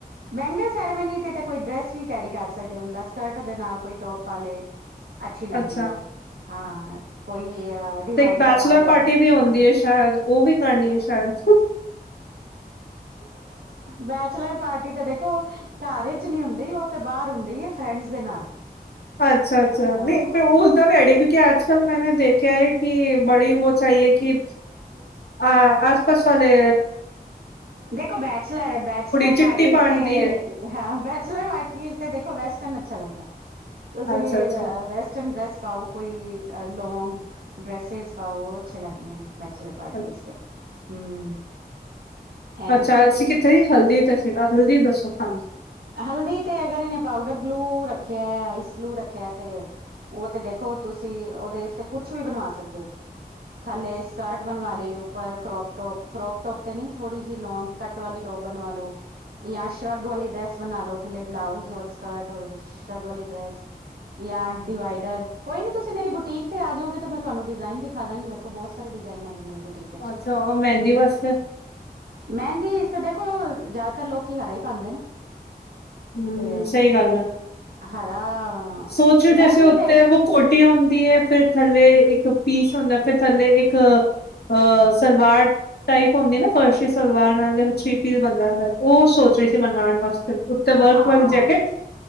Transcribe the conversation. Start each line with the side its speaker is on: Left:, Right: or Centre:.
Right: ਬੈਂਗਲ ਸੈਰੇਮਨੀ ਤੇ ਤਾਂ ਕੋਈ ਡਰੈਸ ਵੀ ਕੈਰੀ ਕਰ ਸਕਦਾ, ਬੰਦਾ ਸਕਰਟ ਦੇ ਨਾਲ ਕੋਈ ਟੋਪ ਵਾਲੇ, ਅੱਛੀ ਲੱਗਦੀ
Left: ਅੱਛਾ
Right: ਹੈ ਹਾਂ ਕੋਈ। ਡਿਵਾਈਡਰ
Left: ਤੇ ਇੱਕ ਬੈਚਲਰ
Right: ਪਾ ਲੋ
Left: ਪਾਰਟੀ ਵੀ ਹੁੰਦੀ ਹੈ ਸ਼ਾਇਦ ਉਹ ਵੀ ਕਰਨੀ ਹੈ ਸ਼ਾਇਦ।
Right: ਬੈਚਲਰ ਪਾਰਟੀ ਤਾਂ ਦੇਖੋ। ਸਾਰੇ ਚ ਨਹੀਂੀ ਹੁੰਦੀ ਉਹ ਤੇ ਬਾਹਰ ਹੁੰਦੀ ਹੈ ਫਰੈਂਡਸ ਦੇ ਨਾਲ।
Left: ਅੱਛਾ-ਅੱਛਾ
Right: ਅ
Left: ਨਹੀਂ ਫਿਰ ਉਹ ਉਸਦਾ <unintelligible> ਕਿਉਕਿ ਅੱਜ ਕੱਲ ਮੈਂ ਮੈਂ ਦੇਖਿਆ ਹੈ ਕਿ ਬੜੀ ਵੋ ਚਾਹੀਏ ਕਿ ਅ ਆਸ ਪਾਸ ਵਾਲੇ
Right: ਦੇਖੋ ਬੈਚਲਰ ਆ ਬੈਚਲਰ
Left: ਚਿੱਟੀ
Right: ਪਾਰਟੀ ਇਚ
Left: ਪਾਉਂਦੀ
Right: ਤੇ
Left: ਹੈ।
Right: ਹਾਂ ਬੈਚਲਰ ਪਾਰਟੀ ਵਿੱਚ ਤਾਂ ਦੇਖੋ ਵੈਸਟਰਨ ਅੱਛਾ ਲੱਗਦਾ। ਤੁਸੀਂ
Left: ਅੱਛਾ-ਅੱਛਾ,
Right: ਵੈਸਟਰਨ ਡਰੈਸ। ਪਾਓ ਕੋਈ ਲੋਂਗ ਡਰੈੱਸਾਂ ਪਾਓ ਅੱਛੇ ਲੱਗਦੀਆਂ ਨੇ ਬੈਚਲਰ। ਪਾਰਟੀ
Left: ਅੱ
Right: ਹਮ। ਐ
Left: ਅੱਛਾ,
Right: ਵੀ
Left: ਅਸੀਂ ਕਿੱਥੇ ਸੀ ਹਲਦੀ ਤੇਸੀ ਹਲਦੀ ਦੱਸੋ ਹਾਂਜੀ।
Right: ਹਲਦੀ ਤੇ ਅਗਰ ਇਹਨੇ, ਪਾਊਡਰ ਬਲੂ ਰੱਖਿਆ ਆਈਸ ਬਲੂ ਰੱਖਿਆ ਤੇ ਉਹ ਤੇ ਦੇਖੋ, ਤੁਸੀਂ ਉਹਦੇ ਇਸ ਤੇ ਕੁਛ ਵੀ ਬਣਵਾ ਸਕਦੇ ਹੋ। ਥੱਲੇ ਸਕਰਟ ਬਣਵਾ, ਲਈ ਉੱਪਰ ਕਰੋਪਟੋਪ ਕਰੋਪਟੋਪ ਤੇ ਨੀ ਥੋੜ੍ਹੀ ਜਿਹੀ ਲੌਂਗ ਕੱਟ ਵਾਲੀ ਟੋਬਨ ਵਾਲੋ ਜਾਂ ਸ਼ਰੱਗ ਵਾਲੀ ਦਰੈੱਸ ਨਾਲ ਲਓ ਥੱਲੇ ਬਲਾਊਜ਼ ਔਰ ਸਕਰਟ ਔਰ ਸ਼ਰਗ ਵਾਲੀ ਡਰੈਸ। ਜਾਂ ਡਿਵਾਈਡਰ ਕੋਈ ਨੀ ਤੁਸੀ ਮੇਰੀ ਬੁਟੀਕ ਤੇ ਆ ਜਾਓਗੇ ਤਾਂ ਮੈਂ ਤੁਹਾਨੂੰ ਡਿਜ਼ਾਇਨ ਦਿਖਾ ਦਾਂਗੀ ਮੇਰੇ ਬਹੁਤ ਸਾਰੇ ਡਿਜ਼ਾਇਨ ਹੈਗੇ ਮੇਰੇ ਬੁਟੀਕ ਵਿੱਚ
Left: ਅੱਛਾ ਓ ਮਹਿੰਦੀ ਵਾਸਤੇ।
Right: ਮਹਿੰਦੀ ਇਸ ਤਾਂ ਦੇਖੋ ਜ਼ਿਆਦਾਤਰ ਲੋਕੀ ਹਰਾ ਹੀ ਪਾਦੇ ਨੇ।
Left: ਹਮ
Right: ਤੇ
Left: ਸਹੀ ਗੱਲ ਹੈ
Right: ਹਰਾ
Left: ਸੋਚੋ
Right: ਮਹਿੰਦੀ
Left: ਜੈਸੇ ਹੋਤੇ
Right: ਤੇ
Left: ਹੈ ਵੋ ਕੋਟੀ ਹੁੰਦੀ ਹੈ ਫੇਰ ਥੱਲੇ ਇੱਕ ਪੀਸ ਹੁੰਦਾ ਫੇਰ ਥੱਲੇ ਇੱਕ ਅ ਸਲਵਾਰ ਟਾਈਪ ਹੁੰਦੀ ਨਾ ਫਰਸ਼ੀ ਸਲਵਾਰ <unintelligible> ਥਰੀ ਪੀਸ ਬਣ ਜਾਂਦਾ ਉਹ ਸੋਚ ਰਹੀ ਸੀ ਬਣਾਉਣ ਵਾਸਤੇ। ਤੇ ਵਰਕ
Right: ਹਾਂ
Left: ਵਾਲੀ ਜੈਕੇਟ